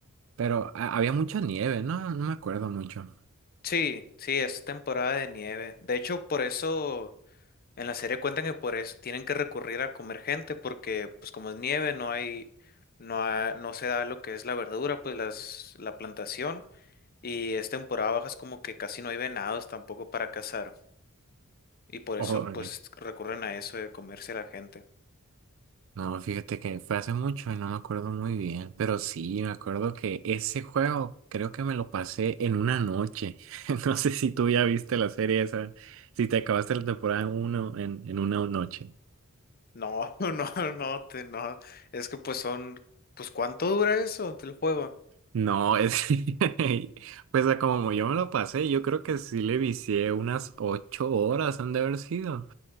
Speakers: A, on the right; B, on the left.
A: Pero ha- había mucha nieve, no, no me acuerdo mucho.
B: Sí, sí, es temporada de nieve. De hecho, por eso en la serie cuentan que por eso tienen que recurrir a comer gente, porque pues como es nieve no hay, no ha- no se da lo que es la verdura, pues las, la plantación y es temporada baja, es como que casi no hay venados tampoco para cazar y por
A: Órale.
B: eso pues recurren a eso de comerse a la gente.
A: No, fíjate que fue hace mucho y no me acuerdo muy bien, pero sí, me acuerdo que ese juego creo que me lo pasé en una noche. <laughs> No sé si tú ya viste la serie esa, si te acabaste la temporada uno en, en una noche.
B: No, <laughs> no, no, te, no, es que pues son, pues ¿cuánto dura eso el juego?
A: No, es... <laughs> Pues a como yo me lo pasé, yo creo que sí le vicié unas ocho horas han de haber sido.